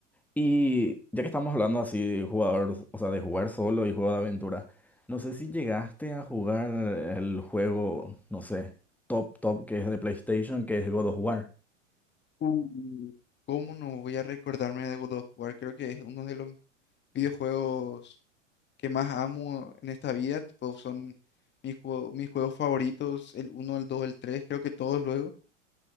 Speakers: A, in the centre; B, on the left (about 30°).
A: Y ya que estamos hablando así de jugador, o sea, de jugar solo y juego de aventura, no sé si llegaste a jugar el juego, no sé, top top que es de PlayStation, que es God of War.
B: Uh, ¿Cómo no voy a recordarme de God of War? Creo que es uno de los videojuegos que más amo en esta vida, tipo, son mis, juego- mis juegos favoritos, el uno el dos el tres creo que todos luego.